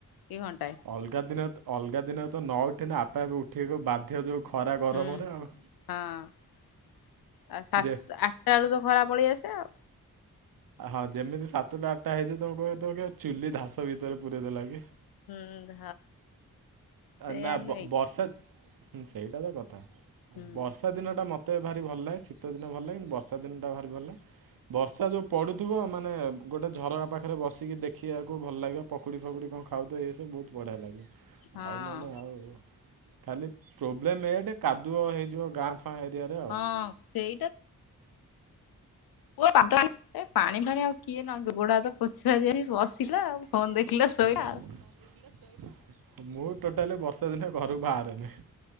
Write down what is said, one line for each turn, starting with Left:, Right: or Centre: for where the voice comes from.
Left: କି ଘଣ୍ଟାଏ
Right: ଅଲଗା ଦିନ ତ ଅଲଗା ଦିନ ତ ନ ଉଠେନ ଆପେ ଆପେ ଉଠେଇକୁ ବାଧ୍ୟ ଯୋଉ ଖରା ଗରମରେ
Left: ହୁଁ
Right: ଆଉ।
Left: ହଁ ଆ ସାତ
Right: ଯେ
Left: ଆଠଟା ବେଳୁ ତ ଖରା ପଳେଇ ଆସେ ଆଉ।
Right: ହଁ ଯେମିତି ସାତଟା ଆଠଟା ହେଇଛି ତମ କହ <unintelligible> ଚୁଲି ଘାସ ଭିତରେ ପୁରଇ ଦେଲା କି?
Left: ହୁଁ ଧ ସେଇଆ
Right: ନା
Left: ନୁହେଁ
Right: ବ-ବର୍ଷା
Left: କି?
Right: ହୁଁ ସେଇଟା ତ କଥା ଆଉ
Left: ହୁଁ।
Right: ବର୍ଷା ଦିନ ଟା ମତେ ଭାରି ଭଲ ଲାଗେ ଶୀ ଶିତ ଦିନ ଭଲ ଲାଗେନି ବର୍ଷା ଦିନଟା ଭାରି ଭଲ। ବର୍ଷା ଯଉଁ ପଡ଼ୁଥିବ ମାନେ ଗୋଟେ ଝରକା ପାଖରେ ବସିକି ଦେଖିବାକୁ ଭଲ ଲାଗିବ। ପକୁଡ଼ି ଫକୁଡ଼ି କଣ ଖାଉ ତ ଏସବୁ ବହୁତ ବଢ଼ିଆ ଲାଗେ।
Left: ହଁ
Right: ଆଉ ନ ନଲେ ଆଉ ଖାଲି ପ୍ରୋବ୍ଲେମ ଏୟା ଟେ କାଦୁଅ ହେଇଯିବ ଗାଁ ଫାଁ ଏରିଆରେ ଆଉ
Left: ହଁ ସେଇଟା <unintelligible> ଏ ପାଣି ଫାଣି ଆଉ କିଏ ନଇଁବ ଗୋଡ ହାତ ପୋଛୁଆଜି ଆ ବସିଲା ଆଉ।
Right: <unintelligible>
Left: ଫୋନ ଦେଖିଲା ଶୋଇଲା ଆଉ।
Right: ମୁଁ ଟୋଟାଲି ବର୍ଷା ଦିନେ ଘରୁ ବାହାରେନି।